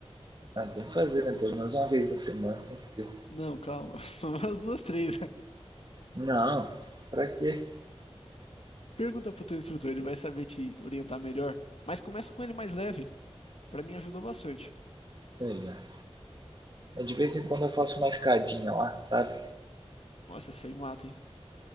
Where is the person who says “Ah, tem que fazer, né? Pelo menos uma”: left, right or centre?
Right